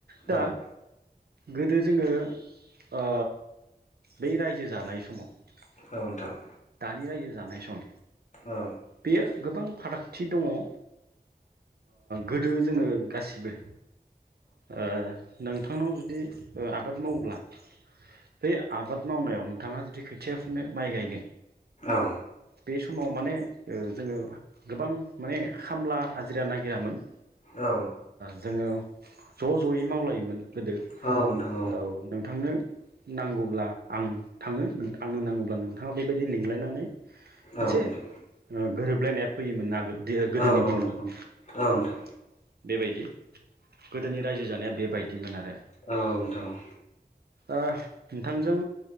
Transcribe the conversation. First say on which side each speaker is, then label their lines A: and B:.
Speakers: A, on the right (about 75°); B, on the left (about 45°).
A: दा
B: औ।
A: गोदो जोङो ओ बै रायजो जानाय समाव।
B: औ नोथां।
A: बि रायजो जानाय सम।
B: औ
A: बेयो गोबां। फारागथि दङ ओ गोदो जोङो गासिबो। ओ। नोंथांनाव जुदि ओ आबाद मावोब्ला बे आबाद मावनायाव नोंथांङा जुदि खोथिया फुनो माइ गायनो।
B: औ
A: बे समाव माने ओ जोङो गोबां माने खामला हाजिरा नागिरामोन
B: औ
A: जोंङो ज' ज'यै मावलायोमोन गोदो
B: औ नोंथां
A: औ नोंथांनो नांगौब्ला आं थागोन आंनो नांगौब्ला नोंथाङा बो बेबायदि लिंलायनानै
B: औ
A: मोनसे
B: नोंथां
A: ओ गोरोब <unintelligible> फैयोमोनना आगोल। दि ओ गोदोनि
B: औ
A: दिनाव
B: औ नोंथां औ नोंथां
A: अह बेबायदि गोदोनि रायजो जानाया बेबायदिमोन आरो
B: औ नोंथां औ
A: ओ नोंथांजों